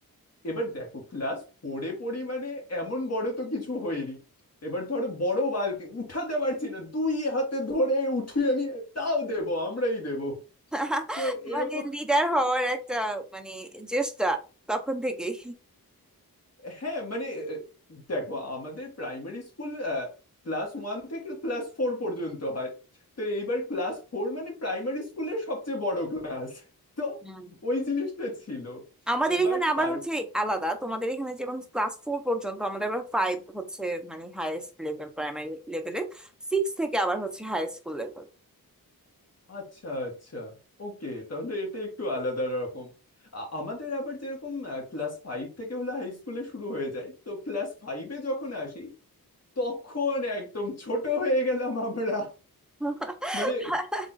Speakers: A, on the left; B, in the centre.
A: এবার দেখো ক্লাস ফোরে পড়ি মানে এমন বড় তো কিছু হয়নি এবার ধরো বড় বালতি উঠাতে পারছি না দুই হাতে ধরে উঠিয়ে নিয়ে তাও দেব আমরাই দেব
B: <laughs>
A: তো এরকম
B: মানে লিডার হওয়ার একটা মানে চেষ্টা তখন থেকেই
A: হ্যাঁ মানে আহ, দেখো আমাদের প্রাইমারি স্কুল ক্লাস ওয়ান থেকে ক্লাস ফোর পর্যন্ত হয় তো এইবার ক্লাস ফোর মানে প্রাইমারি স্কুলের সবচেয়ে বড় ক্লাস তো
B: হুম।
A: ওই জিনিসটা ছিল
B: আমাদের
A: এবার
B: এখানে আবার
A: তার
B: হচ্ছে আলাদা তোমাদের এখানে যেমন ক্লাস ফোর পর্যন্ত আমাদের আবার ফাইভ হচ্ছে মানে হাইয়েস্ট লেভেল প্রাইমারি লেভেলে সিক্স থেকে আবার হচ্ছে হাই স্কুল লেভেল
A: আচ্ছা আচ্ছা ওকে তাহলে এটা একটু আলাদা রকম আ- আমাদের আবার যেরকম ক্লাস ফাইভ থেকে হলে হাই স্কুলে শুরু হয়ে যায় তো ক্লাস ফাইভে যখন আসি তখন একদম ছোট হয়ে গেলাম আমরা
B: <laughs>
A: মানে